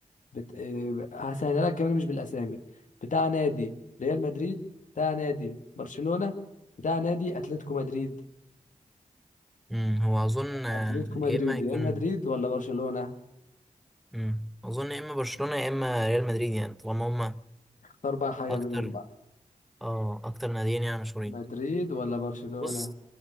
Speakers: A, on the left; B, in the centre.
A: بت... آه، هسهلها لك كمان مش بالاسامي بتاع نادي ريال مدريد بتاع نادي برشلونة بتاع نادي اتلتيكو مدريد
B: امم هو اظن آه،
A: اتلتيكو مدريد
B: يا اما يكون
A: ريال مدريد ولا برشلونة
B: امم اظن يا اما برشلونة يا اما ريال مدريد يعني طالما هما
A: اختار بقى حاجة
B: اكتر
A: منهم بقى
B: اه اكتر ناديين يعني مشهورين
A: مدريد ولا برشلونة
B: بص